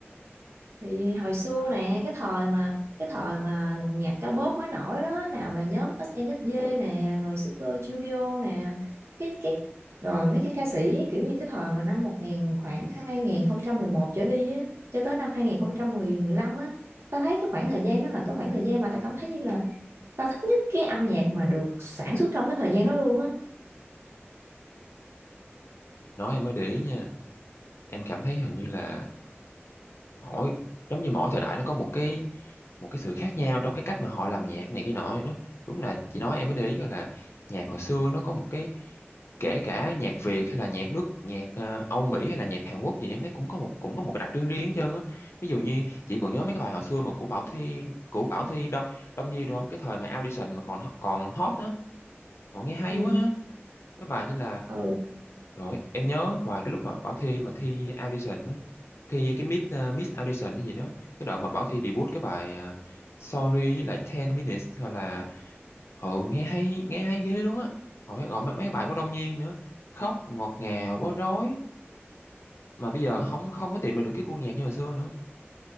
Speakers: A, on the right (about 75°); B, on the left (about 70°).
A: Thì hồi xưa nè, cái thời mà cái thời mà nhạc ca bóp mới nổi đó, nào là nhóm SNSD nè, rồi Super Junior nè, cái cái rồi mấy cái ca sĩ kiểu như cái thời mà năm 1000 khoảng 2011 trở đi á, cho tới năm hai không một lăm á, tao thấy cái khoảng thời gian đó là cái khoảng thời gian mà tao cảm thấy như là tao thích nhất cái âm nhạc mà được sản xuất trong cái thời gian đó luôn á
B: nói em mới để ý nha. Em cảm thấy hình như là mỗi giống như mỗi thời đại nó có một cái một cái sự khác nhau trong cái cách mà họ làm nhạc này kia nọ vậy đó. Đúng là chị nói em mới để ý gọi là nhạc hồi xưa nó có một cái kể cả nhạc Việt hay là nhạc nước nhạc ờ, Âu Mỹ hay là nhạc Hàn Quốc gì em thấy cũng có một cũng có một cái đặc trưng riêng hết trơn á. Ví dụ như chị còn nhớ mấy cái bài hồi xưa mà của Bảo Thy của Bảo Thy Đông Đông Nhi đúng không? Cái thời mà audition mà còn còn hot á. Họ nghe hay
A: ừ
B: quá ha. Mấy bài như là
A: ừ
B: Rồi, em nhớ vài cái lúc mà Bảo Thy mà thi audition á, thi cái Miss ờ, Miss audition hay gì đó, cái đoạn mà Bảo Thy debut cái bài ờ, Sorry với lại ten minutes gọi là ừ nghe hay nghe hay ghê luôn á. Còn mấy còn mấy, mấy bài của Đông Nhi nữa, khóc ngọt ngào bối rối mà bây giờ không không có tìm được cái gu nhạc như hồi xưa nữa.